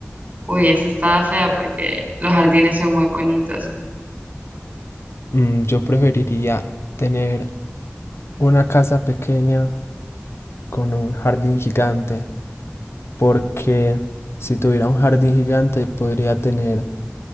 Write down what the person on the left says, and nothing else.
Mm, yo preferiría tener una casa pequeña con un jardín gigante, porque si tuviera un jardín gigante podría tener